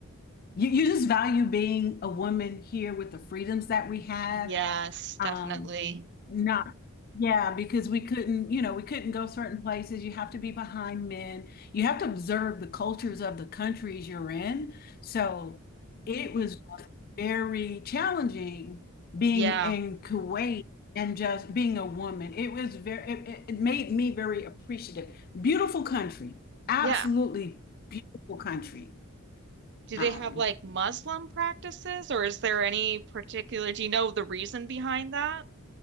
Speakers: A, on the left; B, on the right.
A: you, you just value being a woman here with the freedoms that we have
B: Yes, definitely.
A: Um, not, yeah, because we couldn't, you know, we couldn't go certain places. You have to be behind men. You have to observe the cultures of the countries you're in. So it was very challenging being
B: Yeah.
A: in Kuwait and just being a woman. It was very, it, it- it made me very appreciative. Beautiful country, absolutely
B: Yeah.
A: beautiful country.
B: Do
A: Um,
B: they have like Muslim practices or is there any particular, do you know the reason behind that?